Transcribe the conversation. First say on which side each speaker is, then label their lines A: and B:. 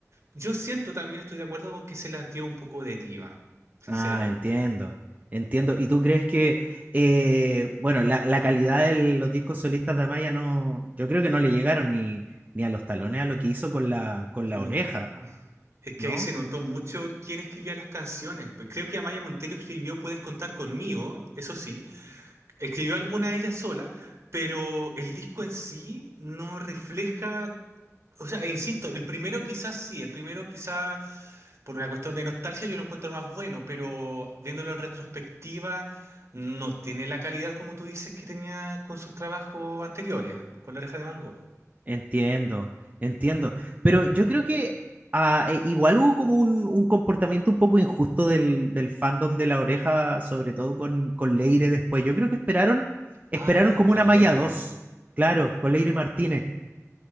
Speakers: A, on the right; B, on the right.
A: Yo siento también, estoy de acuerdo con que se las dio un poco de diva, sinceramente.
B: Ah, entiendo, entiendo. ¿Y tú crees que, eh, bueno, la, la calidad de los discos solistas de Amaya no, yo creo que no le llegaron ni, ni a los talones a lo que hizo con la, con
A: No,
B: la oreja,
A: es
B: ¿no?
A: que ahí se notó mucho quién escribía las canciones. Pues creo que Amaya Montero escribió Puedes contar conmigo, eso sí. Escribió alguna ella sola, pero el disco en sí no refleja. O sea, e insisto, el primero quizás sí, el primero quizás por una cuestión de nostalgia yo lo encuentro más bueno, pero viéndolo en retrospectiva, no tiene la calidad como tú dices que tenía con sus trabajos anteriores, con La Oreja de Van Gogh.
B: Entiendo, entiendo. Pero yo creo que ah, eh, igual hubo como un, un comportamiento un poco injusto del, del fandom de la oreja, sobre todo con, con Leire después. Yo creo que esperaron, esperaron
A: Ah,
B: como
A: y
B: una
A: La
B: Amaya
A: Leire.
B: 2, claro, con Leire Martínez.